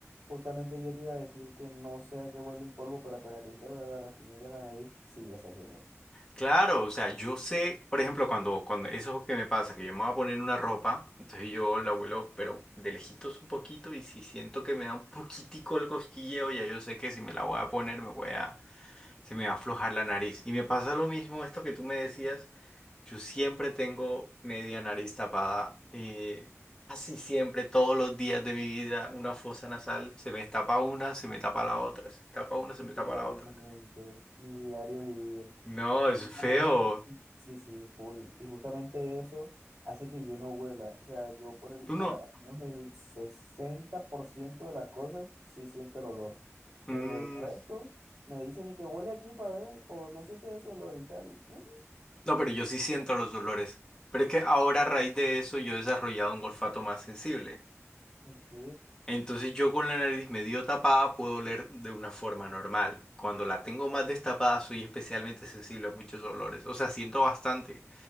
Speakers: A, on the right (about 85°); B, on the left (about 15°).
A: justamente yo te iba a decir que no sé a qué huele el polvo, pero apenas dijiste lo de la rasquiñita en la nariz, sí, ya sé a qué huele.
B: Claro, o sea, yo sé, por ejemplo, cuando, cuando eso que me pasa, que yo me voy a poner una ropa, entonces yo la vuelo, pero de lejitos un poquito, y si siento que me da un poquitico el cosquilleo, ya yo sé que si me la voy a poner, me voy a, se me va a aflojar la nariz. Y me pasa lo mismo, esto que tú me decías, yo siempre tengo media nariz tapada, eh, casi siempre, todos los días de mi vida, una fosa nasal, se me tapa una, se me tapa la otra, se me tapa una, se
A: Literalmente,
B: me tapa la otra.
A: mi diario vivir.
B: No,
A: Y
B: es
A: justamente,
B: feo.
A: sí, sí, full. Y justamente eso hace que yo no huela. O sea, yo por el,
B: Tú
A: por
B: no.
A: al menos el 60% de las cosas sí siento el olor.
B: mm,
A: Pero el resto me dicen y que huele aquí para ver, o no sientes ese olor y tal. Y, "Mm,
B: No, pero yo sí siento los dolores. Pero es que ahora a raíz de eso yo he desarrollado un olfato más sensible.
A: ok.
B: Entonces yo con la nariz medio tapada puedo oler de una forma normal. Cuando la tengo más destapada soy especialmente sensible a muchos olores. O sea, siento bastante.